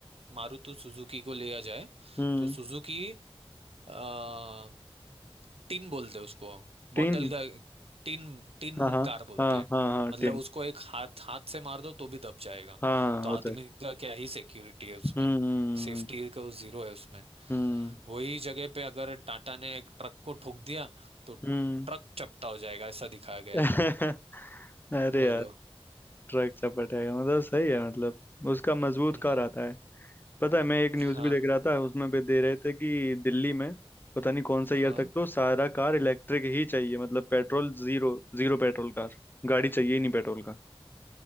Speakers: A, on the right; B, on the left.
A: मारुति सुजुकी को लिया जाए
B: हम्म
A: तो सुजुकी आ, टिन बोलते हैं उसको
B: टिन
A: बॉटल का टिन टिन
B: हाँ हाँ
A: कार बोलते
B: हाँ
A: हैं
B: हाँ हाँ
A: मतलब
B: टिन
A: उसको एक हाथ हाथ से मार दो तो भी दब जाएगा
B: हाँ
A: तो
B: होता
A: आदमी
B: है
A: का क्या ही सिक्योरिटी है उसमें
B: हम्म
A: सेफ्टी का जीरो है उसमें
B: हम्म
A: वही जगह पे अगर टाटा ने एक ट्रक को ठोक दिया तो
B: हम्म
A: ट्रक चपटा हो जाएगा ऐसा दिखाया गया
B: <laughs>
A: है
B: अरे
A: बोलो
B: यार ट्रक चपट है मतलब सही है मतलब उसका मजबूत
A: हम्म
B: कार आता है पता है मैं एक न्यूज़
A: हाँ
B: भी देख रहा था उसमें भी दे रहे थे कि दिल्ली में पता नहीं कौन सा ईयर
A: हाँ
B: तक तो सारा कार इलेक्ट्रिक ही चाहिए मतलब petrol zero Zero petrol car गाड़ी चाहिए ही नहीं पेट्रोल